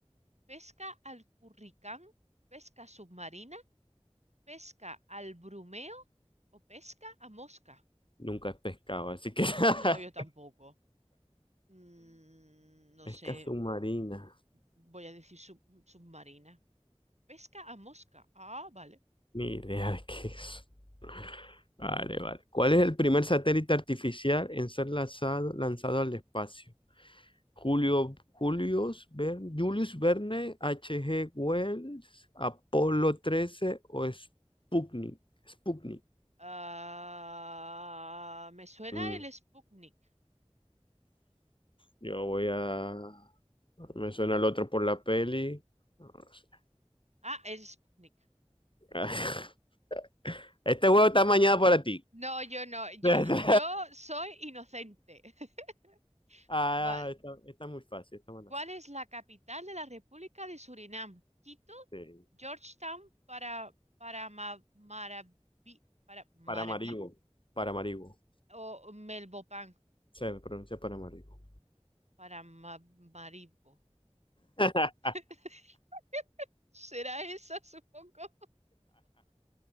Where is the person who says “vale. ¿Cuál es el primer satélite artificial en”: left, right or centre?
Left